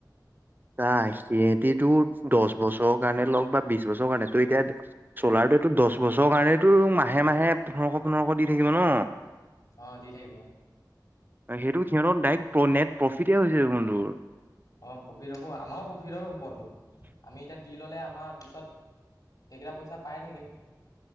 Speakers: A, on the right; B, on the left.
A: ত সিহেতিটো দশ বছৰৰ কাৰণে লওক বা বিশ বছৰৰ কাৰণে তৈ এতিয়া চ'লাৰটো দশ বছৰৰ কাৰণেতো মাহে মাহে পোন্ধৰশ পোন্ধৰশ দি থাকিব ন?
B: অ', দি থাকিব।
A: সেইটো সিহঁতৰ ডাইৰেক্ট নেট প্ৰফিটে হৈছে দেখুন তোৰ।
B: অ', প্ৰফিট হ'ব আমাৰো প্ৰফিটৰ হ'বতো আমি এতিয়া দি ল'লে আমাৰ পিছত সেইকেইটা পইচা পায় থাকিম।